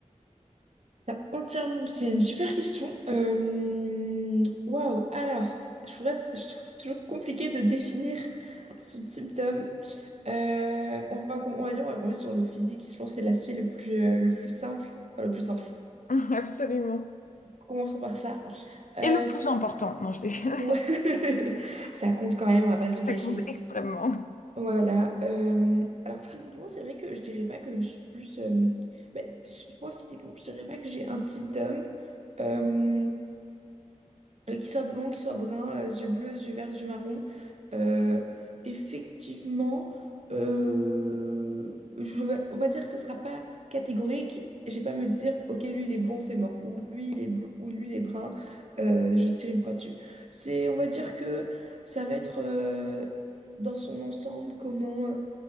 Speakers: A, on the right; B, on the left.
A: T'as entièrement... C'est une super question. Euh, Waouh. Alors, je trouve, ça- je trouve c'est toujours compliqué de définir son type d'homme. Euh, on va, com- on va dire, on va commencer sur le physique. Je pense que c'est l'aspect le plus, euh, le plus simple. Enfin, le plus simple.
B: <laughs> Absolument.
A: Commençons par ça. Euh,
B: Et le plus important, non, je les
A: ouais.
B: <laughs>
A: <laughs> Ça compte quand même, on va pas se le
B: ça
A: cacher.
B: compte extrêmement.
A: Voilà. euh, alors physiquement, c'est vrai que je dirais pas que je suis plus. euh, ben, s- moi, physiquement, je dirais pas que j'ai un type d'homme euh, euh, qui soit blond, qui soit brun, euh, yeux bleus, yeux verts, yeux marrons. Euh, effectivement, euh, je vais- on va dire que ça sera pas catégorique. j'ai pas à me dire, ok, lui il est blond, c'est mort, ou lui il est blond, ou lui il est brun, euh, je tire une croix dessus. C'est, on va dire que ça va être euh, dans son ensemble comment. euh,